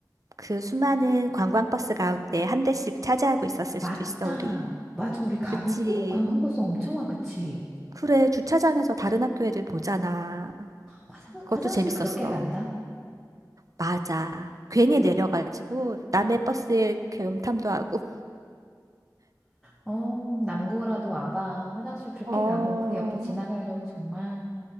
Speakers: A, on the right; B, in the centre.
A: 그 수많은 관광버스 가운데 한 대씩 차지하고 있었을
B: 맞다.
A: 수도 있어, 우리.
B: 맞아. 우리 가면
A: 그치.
B: 꼭 관광버스 엄청 와. 그치?
A: 그래, 주차장에서 다른 학교 애들 보잖아.
B: 화장,
A: 그것도
B: 화장실
A: 재밌었어.
B: 그렇게 간다?
A: 맞아. 괜히
B: 그,
A: 내려가지고 남의 버스에 이렇게 음탐도 하고.
B: 어, 남고라도 와봐. 화장실 그렇게
A: 어,
B: 가고 그 옆에 지나가려고 정말.